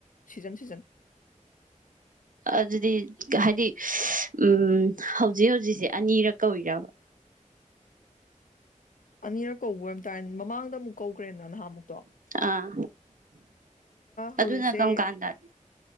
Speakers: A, on the left (about 80°); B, on the right (about 90°).
A: ꯁꯤꯖꯟ ꯁꯤꯖꯟ
B: ꯑꯗꯨꯗꯤ ꯍꯥꯏꯗꯤ ꯎꯝ ꯍꯧꯖꯤꯛ ꯍꯧꯖꯤꯛꯁꯦ ꯑꯅꯤꯔꯛ ꯀꯧꯏꯔꯕ
A: ꯑꯅꯤꯔꯛ ꯀꯧꯕ ꯑꯣꯏꯕ ꯇꯥꯏ ꯃꯃꯥꯡꯗ ꯑꯃꯨꯛ ꯀꯧꯈ꯭ꯔꯦꯅ ꯅꯍꯥꯃꯨꯛꯇꯣ
B: ꯑꯥ
A: ꯍꯧꯖꯤꯛꯁꯦ
B: ꯑꯗꯨꯅ ꯀꯝ ꯀꯥꯟꯗ